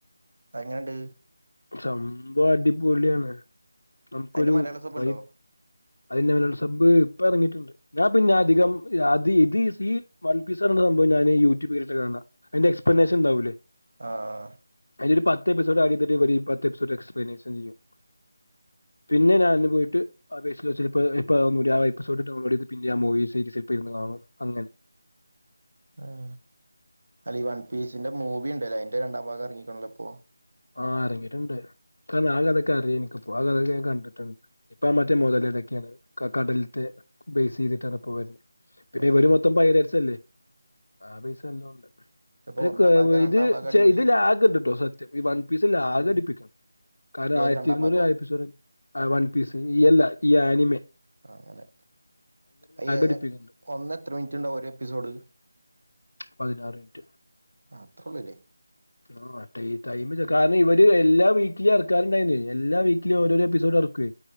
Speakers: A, on the right; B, on the left.
A: എങ്ങനെണ്ട്
B: സംഭവം അടിപൊളിയാണ് നമുക്കൊരു
A: അതിന്റെ മലയാള സബ്
B: വൈബ്
A: ഉണ്ടോ
B: അതിന്റെ മലയള സബ്ബ് ഇപ്പ എറങ്ങിയിട്ടുണ്ട് ഞാൻ പിന്നെ അധികം അത് ഇത് <unintelligible> വൺ പീസ് അറിന ആ സംഭവം ഞാന് യൂട്യൂബ് ല്ട്ട് കാണാ അതിന്റെ എക്സ്പ്ലനേഷൻ ഇണ്ടാവൂലേ
A: ആഹ്
B: അയില് ഒരു പത്ത് എപ്പിസോഡ് ആടയ്തിട്ട് ഒര് പത്ത് എപ്പിസോഡ് എക്സ്പ്ലനേഷൻ ചെയ്യും പിന്നെ ഞാന് പോയിട്ട് അപേക്ഷില് ചെല് പ്പോ ഇപ്പൊ <unintelligible> എപ്പിസോഡ് ഡൗൺലോഡ് ചെയ്ത് പിന്നെ ആ മൂവിസീ <unintelligible> ഇര്ന്ന് കാണും അങ്ങനെ
A: ആഹ് അല്ല ഈ വൺ പീസിന്റെ മൂവിണ്ടല്ലോ അതിന്റെ രണ്ടാം ഭാഗം എറങ്ങിക്ക്ണല്ലോ ഇപ്പോ
B: ആഹ് അറങ്ങിട്ട്ണ്ട് കാരണം ആ കഥൊക്കെ അറിയ എനിക്ക് ആ കഥൊക്കെ ഞാൻ കണ്ട്ട്ട്ണ്ട് ഇപ്പൊ മറ്റേ മുതലടക്കെണ് കടൽത്തെ ബേസ് ചെയ്തിട്ടാണ് ഇപ്പ വരുന്നത് പിന്നെ
A: ഏഹ്
B: ഇവര് മൊ ത്തും പൈരട്ച്ചല്ലേ ആ പൈസ എല്ലാംണ്ട്
A: ഇപ്പൊ
B: പിന്നെ
A: ഒന്നാം
B: <unintelligible>
A: ഭാഗം
B: ഇത്
A: രണ്ടാം ഭാഗം
B: പക്ഷെ
A: അടിപൊളി
B: ഇതില ആകണ്ട്ട്ടോ സത്യം ഈ വൺ പീസ് ഇല്ല
A: എന്ത്
B: ആഘടിപ്പിക്കും കാരണം
A: ഏത്
B: ആയിരത്തി
A: രണ്ടാം
B: ഇരുന്നൂറ്
A: ഭാഗോ
B: ആയി ആ വൺ പീസ് ഇ അല്ല ഈ ആനിമി
A: അങ്ങനെ അയ്യ
B: അടിപ്പിക്കുന്നുണ്ട്
A: ഒന്ന് എത്ര മിൻറ്റ്ണ്ടാവും ഒരു എപ്പിസോഡ്
B: പതിനാറ് മിൻറ്റ്
A: ആത്രള്ളൂല്ലേ
B: ആ ട്ടൈ ടൈമ് ഇല്ല കാരണം ഇവര് എല്ലാ വീക്കിലും എറക്കാറുണ്ടായിരുന്നു. എല്ലാ വീക്കിലും ഓരോരോ എപ്പിസോഡ് എറക്കേ